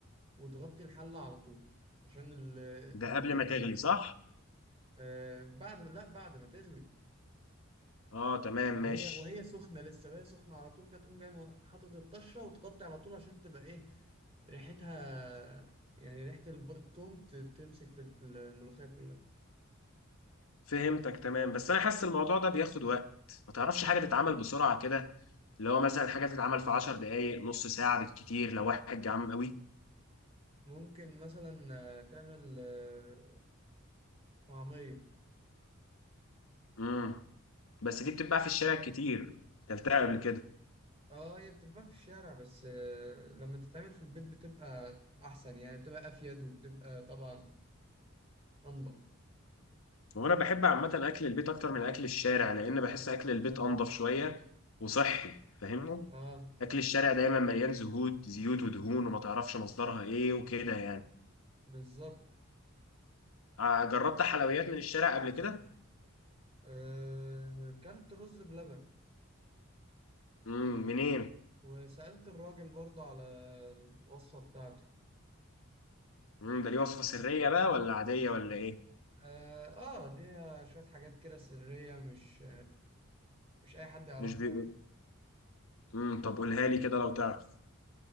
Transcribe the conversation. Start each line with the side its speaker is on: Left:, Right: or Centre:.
Right: وتغطي الحلة على طول عشان ال ال
Left: ده قبل
Right: الملوخية
Left: ما تغلي صح
Right: آه بعد ما لا بعد ما تغلي
Left: اه تمام
Right: وهي
Left: ماشي
Right: وهي سخنة لسه وهي سخنة على طول كده تقوم جاي م- حاطط الطشة وتغطي على طول عشان تبقى ايه ريحتها يعني ريحة الب- التوم ت- تمسك في الملوخية كلها
Left: فهمتك تمام بس انا حاسس الموضوع ده بياخد وقت ما تعرفش حاجه تتعمل بسرعه كده اللي هو مثلا حاجه تتعمل في 10 دقائق نص ساعه بالكتير لو واحد جعان قوي
Right: ممكن مثلا آه، تعمل آه، طعمية
Left: امم بس دي بتتباع في الشارع كتير كلتها قبل كده
Right: اه هي بتتباع في الشارع بس آه، لما تتعمل في البيت بتبقى احسن يعني بتبقى افيد وبتبقى طبعا انضف
Left: وانا بحب عامه اكل البيت اكتر من اكل الشارع لان بحس اكل البيت انضف شويه وصحي فاهمني
Right: اه
Left: اكل الشارع دايما مليان زهود زيوت ودهون وما تعرفش مصدرها ايه وكده يعني
Right: بالظبط
Left: آه، جربت حلويات من الشارع قبل كده
Right: آه، كلت رز بلبن
Left: امم منين
Right: وسألت الراجل برضه على الوصفة بتاعته
Left: امم ده ليه وصفة سرية بقى ولا عادية ولا ايه
Right: اه آه، ليها شوية حاجات كده سرية مش مش أي حد يعرفها
Left: مش بيقول
Right: يعني
Left: امم طب قولها لي كده لو تعرف